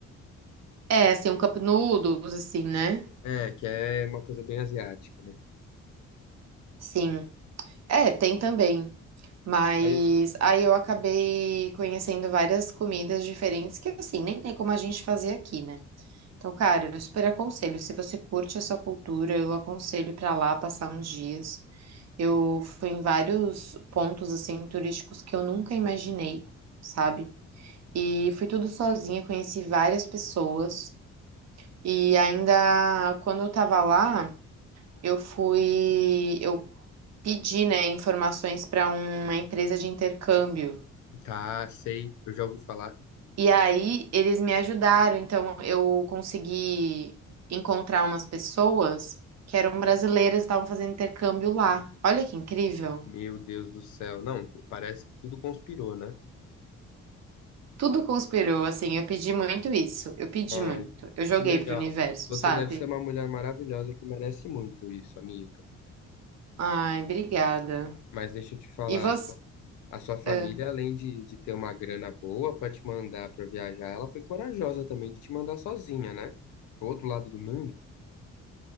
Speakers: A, on the right (about 60°); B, on the left (about 75°).
A: É, assim, um cup noodles, assim, né?
B: É, que é uma coisa bem asiática, né?
A: Sim. É, tem também. Mas
B: Mas
A: aí eu acabei conhecendo várias comidas diferentes que, assim, nem tem como a gente fazer aqui, né? Então, cara, eu super aconselho. Se você curte essa cultura, eu aconselho pra lá passar uns dias. Eu fui em vários pontos, assim, turísticos que eu nunca imaginei, sabe? E fui tudo sozinha, conheci várias pessoas. E ainda quando eu tava lá, eu fui. Eu pedi, né, informações para uma empresa de intercâmbio.
B: tá, sei, eu já ouvi falar.
A: E aí eles me ajudaram, então eu consegui encontrar umas pessoas que eram brasileiras e estavam fazendo intercâmbio lá. Olha que incrível.
B: Meu Deus do céu. Não, parece que tudo conspirou, né?
A: Tudo conspirou, assim, eu pedi muito isso, eu pedi
B: Ai,
A: muito. Eu joguei
B: que legal.
A: pro universo,
B: Você
A: sabe?
B: deve ser uma mulher maravilhosa que merece muito isso, amiga.
A: Ai, obrigada.
B: Mas deixa eu te falar,
A: E você?
B: A sua família,
A: ah,
B: além de, de ter uma grana boa para te mandar para viajar, ela foi corajosa também de te mandar sozinha, né? Pro outro lado do mundo.